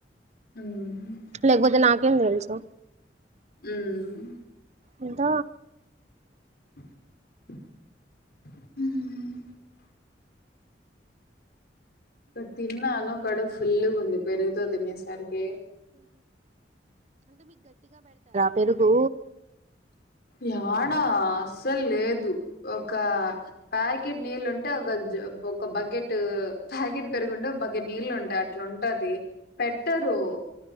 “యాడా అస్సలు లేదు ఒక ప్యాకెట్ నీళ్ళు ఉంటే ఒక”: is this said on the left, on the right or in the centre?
Left